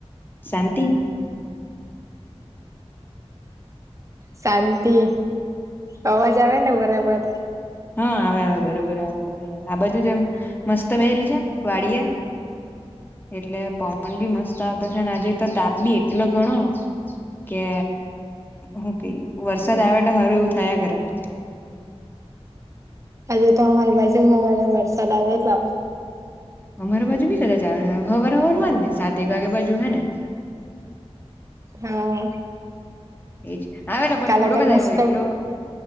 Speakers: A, on the left (about 20°); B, on the right (about 30°).
A: શાંતિ
B: શાંતિ અવાજ આવે ને બરાબર
A: હા આવે આવે બરોબર આવે બરોબર આ બાજુ જેમ મસ્ત બેહેલી છે વાડિયા એટલે પવન બી મસ્ત આવતો છે અને આજે તો તાપ બી એટલો ગણો કે હું ક વરસાદ આવે તો હારું એવું થયા ખરે <inaudible>
B: હજે તો અમારી બાજુ મોબાઈ વટસાદ આવે એટલા
A: અમારા બાજુ બી કદાચ આવે હવાર હવારમાં જ ને સાત એક વાગ્યા બાજુ હે ને <inaudible>
B: હા
A: એજ આવેલો પણ
B: કાલે
A: થોડોક
B: તો
A: જ
B: મસ્ત
A: આવ્યો એટલો